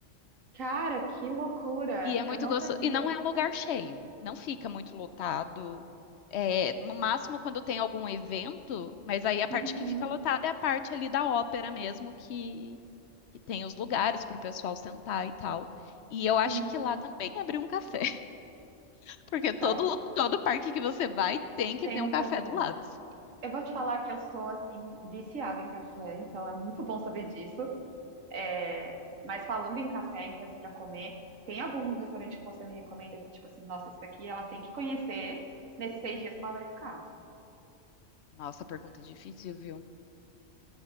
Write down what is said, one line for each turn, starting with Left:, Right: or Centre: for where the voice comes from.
Right: Cara, que loucura!
Left: E é muito
Right: Eu não
Left: gostoso.
Right: sabia.
Left: E não é um lugar cheio, não fica muito lotado. É, no máximo quando tem algum evento, mas aí a parte
Right: Uhum,
Left: que fica lotada é a parte ali da ópera mesmo, que, que tem os lugares para o pessoal sentar e tal. E eu acho
Right: sim.
Left: que lá também abriu um café, <laughs> porque
Right: Então,
Left: todo, todo parque que você vai tem que
Right: tenho
Left: ter um café
Right: café.
Left: do lado.
Right: Eu vou te falar que eu sou, assim, viciada em café, então é muito bom saber disso. É, Mas falando em café, em coisas pra comer, tem algum restaurante que você me recomenda que, tipo assim, nossa, esse daqui ela tem que conhecer nesses seis dias que ela vai ficar?
Left: Nossa, pergunta difícil, viu?